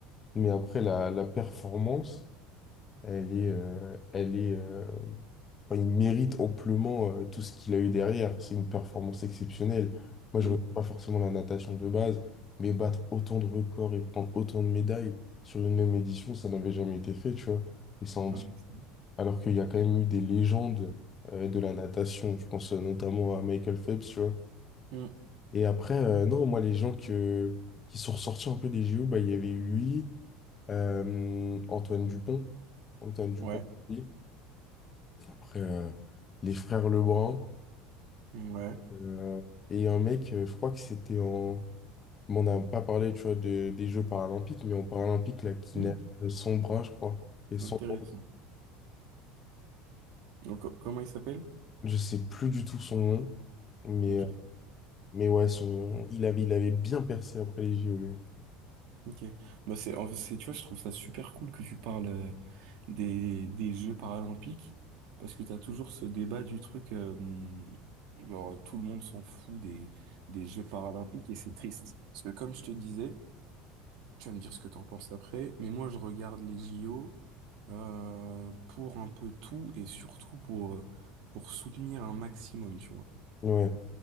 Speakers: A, on the left (about 30°); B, on the right (about 70°).
A: Mais après, la, la performance, elle est, euh, elle est, euh, enfin, il mérite amplement euh, tout ce qu'il a eu derrière. C'est une performance exceptionnelle. Moi,
B: hmm.
A: je ne regarde pas forcément la natation de base, mais battre autant de records et prendre autant de médailles sur une même édition, ça n'avait jamais été fait, tu vois. Et ça en
B: Ouais,
A: dit
B: mais c'est lui.
A: alors qu'il y a quand même eu des légendes euh, de la natation. Je pense euh, notamment à Michael Phelps, tu vois.
B: Hmm,
A: Et après, euh, non, moi, les gens que, qui sont ressortis un peu des JO, bah, il y avait eu lui, euh, Antoine Dupont. Antoine Dupont,
B: Ouais,
A: oui. Après, euh, les frères Lebrun.
B: ouais.
A: euh, et un mec, euh, je crois que c'était en... bon, on n'a pas parlé, tu vois, de- des Jeux paralympiques, mais en paralympique, là, qui
B: Hmm,
A: nage sans bras, je crois. Et sans...
B: Intéressant. Donc, co- comment il s'appelle?
A: Je sais plus du tout son nom, mais...
B: Ok.
A: Mais ouais, son... il avait, il avait bien percé après les JO. lui.
B: Ok. Bah c'est, en fait, c'est- tu vois, je trouve ça super cool que tu parles euh, des, des Jeux paralympiques parce que t'as toujours ce débat du truc, euh, hum, genre tout le monde s'en fout des, des Jeux paralympiques et c'est triste. Parce que comme je te disais, tu vas me dire ce que t'en penses après, mais moi je regarde les JO euh, pour un peu tout et surtout pour, euh, pour soutenir un maximum, tu vois.
A: Ouais.